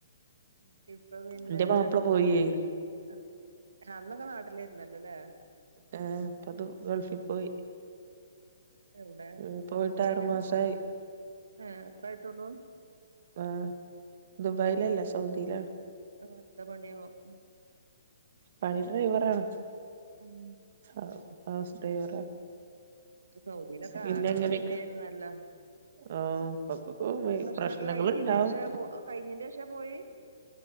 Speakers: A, on the right; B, on the right.
A: ഇപ്പൊ പിന്നെ
B: എന്റെ മാപ്പിള
A: ഫോൺ
B: പോയേ
A: <unintelligible> ആഹ് ആഹ് അന്നൊക്കെ നാട്ടിലായിരുന്നല്ലോല്ലേ
B: ആഹ് ഇപ്പതു ഗൾഫി പോയി
A: എവിടെ
B: ഉം പോയിട്ട്
A: ദുബൈയിലാ
B: ആറു മാസായി
A: ആഹ് അത്രായിട്ടൊള്ളൂ
B: ആഹ് ദുബായിലല്ല സൗദിയിലാ
A: ആഹ് അത്ത പണിയാവും
B: പണി ഡ്രൈവറാണ്
A: ഉം
B: ആഹ് ഹൗസ് ഡ്രൈവറാ
A: സൗദിയിലൊക്കെ
B: പിന്നെങ്ങനെക്കെ
A: ആകെ പ്രശ്നമായിരുന്നല്ലോ
B: ഓഹ് ഇപ്പൊക്കപ്പോ
A: പ്രശ്നമൊക്കെ
B: പ്രശ്നങ്ങളുണ്ടാവും
A: കഴിഞ്ഞതിന്റെ ശേഷം കഴിഞ്ഞതിന്റെ ശേഷം പോയി